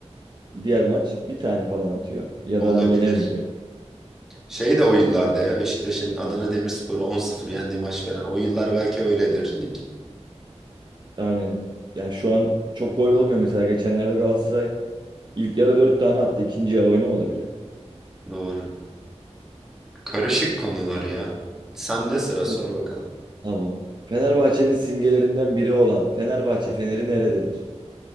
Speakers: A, on the right; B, in the centre.
A: Diğer maç bir tane falan atıyor. Ya
B: olabilir.
A: da hani yenemiyor.
B: Şey de o yıllarda ya Beşiktaş'ın Adana Demirspor'u 10-0 yendiği maç falan. O yıllar belki öyledir lig.
A: Aynen. Yani şu an çok gol olmuyor mesela. Geçenlerde Galatasaray ilk yarı 4 tane attı. İkinci yarı oynamadı bile.
B: Doğru. Karışık konular ya. Sende sıra sor
A: Evet.
B: bakalım.
A: Tamam. Fenerbahçe'nin simgelerinden biri olan Fenerbahçe Feneri nerededir?